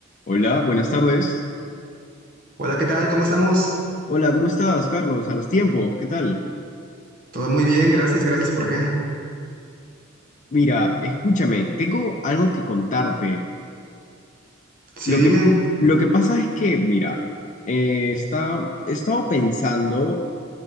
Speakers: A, on the left; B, on the right.
A: Hola, buenas tardes.
B: Hola, ¿qué tal? ¿Cómo estamos?
A: Hola, ¿cómo estás, Carlos? A los tiempos, ¿qué tal?
B: Todo muy bien, gracias, gracias por acá.
A: Mira, escúchame, tengo algo que contarte.
B: Sí,
A: Lo
B: dime.
A: que, lo que pasa es que, mira, eh, está, he estado pensando